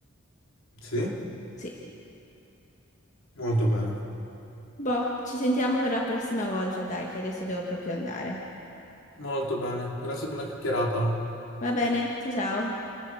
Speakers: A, on the left (about 70°); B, on the left (about 35°).
A: Sì?
B: Sì.
A: Molto bene,
B: Boh, ci sentiamo per la prossima volta, dai, che adesso devo proprio andare.
A: molto bene. Grazie per la chiacchierata.
B: Va bene, ciao ciao.